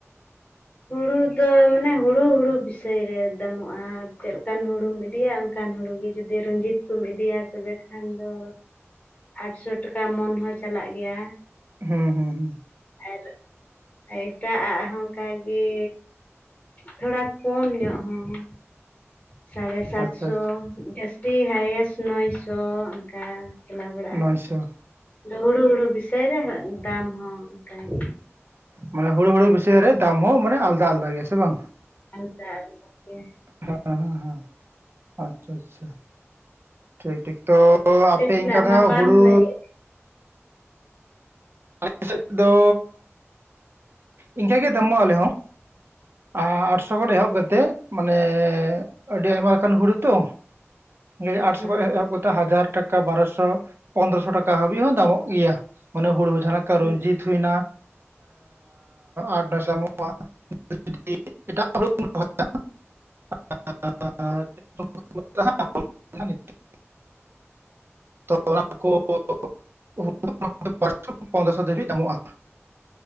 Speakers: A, on the left; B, on the right.
A: ᱦᱩᱲᱩ ᱫᱚ ᱢᱟᱱᱮ ᱦᱩᱲᱩ-ᱦᱩᱲᱩ ᱵᱤᱥᱚᱭ ᱨᱮ ᱫᱟᱢᱚᱜ-ᱟ, ᱪᱮᱫᱞᱮᱠᱟᱱ ᱦᱩᱲᱩᱢ ᱤᱫᱤᱭᱟᱢ᱾ ᱚᱱᱠᱟᱱ ᱦᱩᱲᱩ ᱜᱮ ᱡᱩᱫᱤ ᱨᱩᱱᱡᱤᱛ ᱠᱚᱢ ᱤᱫᱤᱭᱟ ᱛᱚᱵᱮ ᱠᱷᱟᱱ ᱫᱚᱼᱼ ᱟᱴᱥᱳ ᱴᱟᱠᱟ ᱢᱚᱱ ᱦᱚᱸ ᱪᱟᱞᱟᱜ ᱜᱮᱭᱟ᱾
B: ᱦᱩᱸ-ᱦᱩᱸ-ᱦᱩᱸ
A: ᱟᱨ ᱮᱴᱟᱜᱼᱟᱜ ᱦᱚᱸ ᱚᱱᱠᱟᱜᱮᱻ ᱛᱷᱳᱲᱟ ᱠᱚᱢ ᱧᱚᱜ ᱦᱚᱸᱼᱼ ᱥᱟᱲᱮ ᱥᱟᱛᱥᱚ
B: ᱟᱪᱪᱷᱟ ᱟᱪᱪᱷᱟ
A: ᱡᱟᱹᱥᱛᱤ ᱦᱟᱭᱮᱥᱴ ᱱᱚᱭᱥᱚ ᱚᱱᱠᱟ ᱪᱟᱞᱟᱣ ᱵᱟᱲᱟᱜ-ᱟ᱾
B: ᱱᱚᱭᱥᱚ
A: ᱦᱩᱲᱩ-ᱦᱩᱲᱩ ᱵᱤᱥᱟᱹᱭ ᱨᱮᱦᱚᱸ ᱫᱟᱢ ᱦᱚᱸ ᱚᱱᱠᱟ ᱜᱮ,
B: ᱢᱟᱱᱮ ᱦᱩᱲᱩ-ᱦᱩᱲᱩ ᱵᱤᱥᱟᱹᱭ ᱨᱮ ᱫᱟᱢ ᱦᱚᱸ ᱢᱟᱱᱮ ᱟᱞᱫᱟ ᱟᱞᱫᱟ ᱜᱮ ᱥᱮ ᱵᱟᱝ?
A: <unintelligible>
B: ᱦᱮᱸ-ᱦᱮᱸ-ᱦᱮᱸ ᱟᱪᱪᱷᱟ-ᱟᱪᱪᱷᱟ ᱴᱷᱤᱠ-ᱴᱷᱤᱠ ᱛᱚᱼᱼ ᱛᱚ ᱟᱯᱮ
A: ᱥᱮᱱᱟᱜ
B: ᱤᱱᱠᱟ ᱫᱚ
A: ᱢᱟ
B: ᱦᱟᱸᱜ
A: ᱵᱟᱢ
B: ᱦᱩᱲᱩᱼᱼ
A: ᱞᱟᱹᱭᱮᱫ
B: ᱟᱞᱮ ᱥᱮᱫ ᱫᱚᱼᱼ ᱤᱱᱠᱟᱹ ᱜᱮ ᱫᱟᱢᱚᱜ ᱟᱞᱮ ᱦᱚᱸ, ᱟᱸ ᱟᱴᱥᱚ ᱠᱷᱚᱱ
A: ᱦᱮᱸ
B: ᱮᱦᱚᱵ ᱠᱟᱛᱮᱜ ᱢᱟᱱᱮᱻ ᱟᱹᱰᱤ ᱟᱭᱢᱟ ᱞᱮᱠᱟᱱ ᱦᱩᱲᱩ ᱛᱚ, ᱱᱤᱭᱮ ᱟᱴᱥᱚ
A: ᱦᱮᱸ
B: ᱠᱷᱚᱡ ᱮᱦᱚᱵ ᱠᱟᱛᱮᱜ ᱦᱟᱡᱟᱨᱼᱼ ᱴᱟᱠᱟ ᱵᱟᱨᱚᱥᱚ ᱯᱚᱱᱫᱨᱚᱥᱚ ᱴᱟᱠᱟ ᱦᱟᱹᱵᱤᱡ ᱦᱚᱸ ᱫᱟᱢᱚᱜ ᱜᱮᱭᱟ ᱢᱟᱱᱮ ᱦᱩᱲᱩ ᱡᱟᱦᱟᱸ ᱞᱮᱠᱼᱼ ᱞᱮᱠᱟ
A: ᱦᱮᱸ
B: ᱨᱩᱱᱡᱤᱛ ᱦᱩᱭᱱᱟ ᱟᱴ-ᱱᱚᱭ ᱥᱚ ᱫᱟᱢᱚᱜ-ᱟ᱾ <unintelligible> ᱟᱸᱨ <unintelligible> ᱛᱚ ᱚᱱᱟ ᱠᱚ <unintelligible> <unintelligible> ᱯᱚᱱᱫᱽᱨᱚ ᱥᱚ ᱫᱷᱟᱹᱵᱤᱡ ᱫᱟᱢᱚᱜ-ᱟ